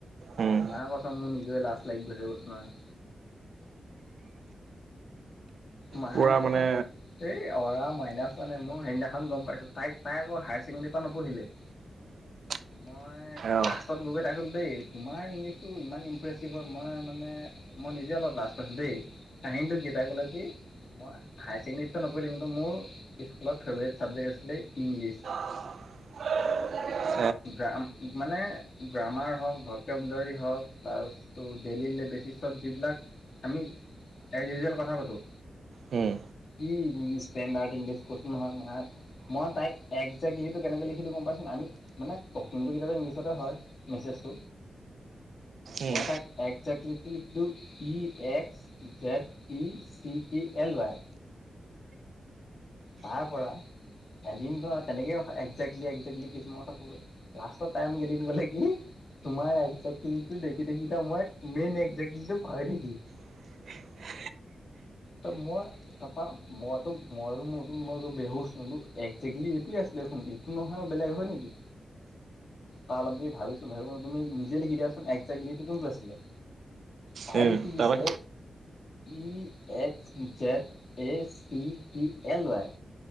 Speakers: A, on the right; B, on the left.
A: উম,
B: মা কচম মোৰ নিজৰে লাজ লাগি গৈছে কৈছো নহয়। মা
A: পূৰা
B: কচম।
A: মানে
B: এই অৰা মাইনাছ মানে মই সেইদিনাখন গম পাইছো। তাইক- তাই আকৌ হায়াৰ ছেকেণ্ডেৰীৰ পৰা নপঢ়িলেই।
A: <unintelligible>
B: <unintelligible> মই
A: অ'
B: লাষ্টত গৈ- গৈ তাই ক'লে দেই, তোমাৰ ইংলিছটো ইমান ইমপ্ৰেচিভ হয় মই মানে মই নিজে অলপ লাজ পাইছো দেই। কাহিনীটো গেইটাই গলে কি মই হায়াৰ ছেকেণ্ডেৰীৰ নপঢ়িলে, নকৰিলোঁ কিন্তু মোৰ স্কুলত ফেভৰেট ছাবজেক্ট আছিলে ইংলিছ।
A: <unintelligible>
B: গ্ৰাম মানে গ্ৰামাৰ হওক, ভকোবুলাৰী হওক, প্লাছ ত' ডেইলি বেচিছত যিবিলাক আমি এজ ইজুৱেল কথা পাতো।
A: উম।
B: কি ইংলিছ ষ্টেণ্ডাৰ্ট ইংলিছ, কৈছোঁ নহয় ভাই। মই তাইক একজেক্টলী লিখাটো কেনেকে লিখে গ'ম পইছা নাই, আমি মানে টকিংটো কেতিয়াবা ইংলিছতে হয়, মেছেজটো।
A: উম।
B: মই তাইক একজেক্টলি লিখি দিওঁ E X Z E C T L Y. তাৰ পৰা এদিনটো, তেনেকে কথা এক্টজেলী- এক্টজেলী কিছুমান কিছুমান কলো। লাষ্টত তাই এদিন কলে কি তোমাৰ একজেক্টলিটো দেখি- দেখি মই মেইন একজেক্টলিটো পাহৰি থাকিলো।
A: <unintelligible>
B: ত, মই তাৰপৰা মইতো, মই মোৰ মই বেহুজ হলো একজেক্টলি এইটোয়ে আছিলে। এখন এইটো নহয় আৰু বেলেগ হয় নেকি? তাৰ আ, ভাবিছো ভাবি তুমি নিজে লিখি দিয়াচোন, এক্টজেলি এইটো কোনটো আছিলে। তাই
A: উম
B: লিখি দিছে।
A: তাৰপা
B: E X Z A C P L Y.